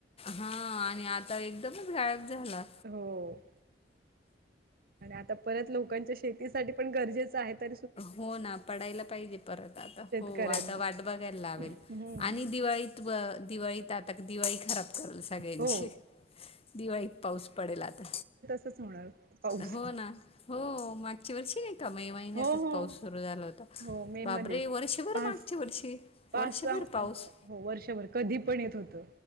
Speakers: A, on the left (about 35°); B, on the right (about 55°).
A: हा आणि आता एकदमच गायब झाला.
B: हो आणि आता. परत लोकांच्या शेतीसाठी पण गरजेचं आहे तर.
A: हो ना पडायला पाहिजे परत आता
B: शेतकऱ्यांना
A: हो आता वाट बघायला लावेल
B: हम्म
A: आणि दिवाळीत. दिवाळी त आटक दिवाळी खराब. करल सगळ्यांचे
B: हो
A: दिवाळीत पाऊस पडेल आता.
B: स होणार. पाऊस
A: हो ना हो मागच्या वर्ष नाही का मा महिन्यातच
B: हो हो
A: पाऊस सुरु झाला होता
B: हो मे
A: बाबरे
B: मध्येच
A: वर्षभर
B: पाच
A: मागच्या वर्षी
B: पाच
A: वर्षभर
B: सहा
A: पाऊस.
B: हो वर्षभर कधी पण येत होतं